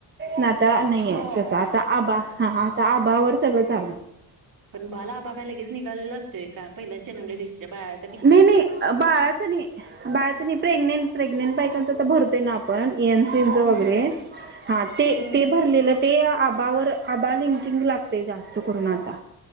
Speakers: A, on the right; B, on the right.
A: ला आता नाही
B: हो.
A: आहे तसं आता आबा हा आता आबा वर सगळं चाल
B: पण बालआबा काय लगेच निघालं असतोय का पहिल्या जन्मल्यादिवशीच्या बाय
A: नाही नाही बाळाचं नाही बाळाचं नाही प्रेग्नेंट प्रेग्नेंट बायकांच तर भरतोय ना आप पण यांचं यांचं
B: हं,
A: वगैरे हा ते
B: हं,
A: ते. भरलेलं ते आबावर आबा लिंकिंग लागते जास्त करून आता.